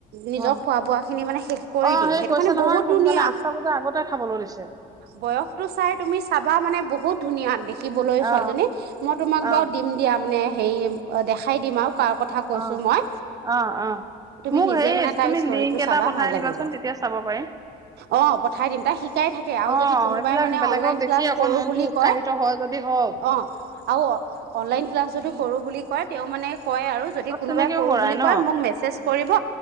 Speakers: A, on the right (about 70°); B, on the right (about 20°).
A: নিজৰ
B: অ
A: খোৱা বোৱা খিনি মানে শেষ কৰি
B: অ
A: দিয়ে
B: সেই
A: সেইটো
B: কৈছে
A: কাৰণে
B: নহয়
A: বহুত
B: সোনকালে
A: ধুনীয়া
B: আঠটা বজাৰ আগতে খাবলৈ দিছে
A: বয়সতো চাই তুমি চাবা মানে বহুত বহুত ধুনীয়া দেখিবলৈ ছোৱালীজনীক
B: অ
A: মই তোমাক
B: অ
A: বাৰু দিম দিয়া মানে হেৰি দেখাই দিম আৰু কাৰ কথা কৈছো
B: অ
A: মই
B: অ অ
A: তুমি
B: মোক
A: নিজে
B: হেৰি
A: মানে তাৰ
B: তুমি
A: ষ্টোৰীটো
B: লিংক এটা
A: চাবা
B: পঠাই
A: ভাল লাগিব।
B: দিবাচোন তেতিয়া চাব পাৰিম
A: অ পঠাই দিম তাক শিকাই থাকে আৰু
B: অ
A: যদি কোনোবাই
B: এইবিলাক
A: মানে
B: বেলেগক
A: অনলাইন
B: দেখি
A: ক্লাছ
B: অকণ
A: কৰোঁ
B: মনটো
A: বুলি
B: উৎসাহিত
A: কয়
B: হয় যদি হওক
A: অ আৰু অনলাইন ক্লাছ যদু কৰোঁ বুলি কয় তেওঁ মানে কয় আৰু যদি
B: অ
A: কোনোবাই
B: তেনেকেও
A: কৰোঁ
B: কৰাই
A: বুলি
B: ন
A: মোক মেচেজ কৰিব